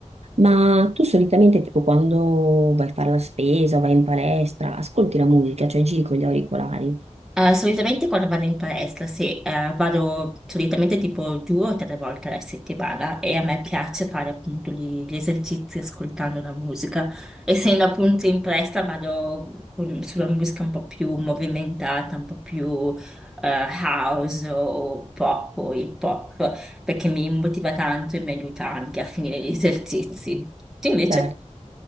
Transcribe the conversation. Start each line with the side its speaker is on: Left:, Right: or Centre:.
Right: ma tu solitamente, tipo, quando vai a fare la spesa o vai in palestra, ascolti la musica, cioè giri con gli auricolari?
Centre: Eh, solitamente quando vado in palestra, sì, eh, vado solitamente tipo due o tre volte alla settimana e a me piace fare appunto gli, gli esercizi ascoltando la musica. Essendo appunto in palestra vado con- sulla musica un po' più movimentata, un po' più eh, house o pop o hip hop, perché mi motiva tanto e mi aiuta anche a finire gli esercizi. Tu invece?
Right: Certo.